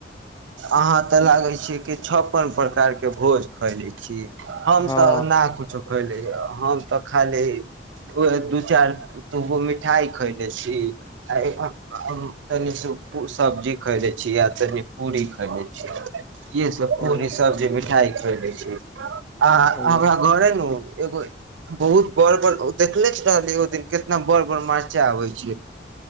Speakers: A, on the right (about 85°); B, on the left (about 20°).
A: अहाँ तऽ लागै छियै कि छप्पन प्रकार के भोज खयले छी हम
B: हँ
A: तऽ ना कुछौ ली हम तऽ खाली दू चारि दुगो मिठाइ खैले छी आ तनी सब्जी खैले छी आ तनि पूरी खबै छियै ये सब पूरी
B: ओ
A: सब्जी मिठाई खय दै छी आ
B: ओ
A: हमरा घरे नु एगो बहुत बर बड़ देखले रहल ओ दिन केितना बर बर मारचाय आबय छै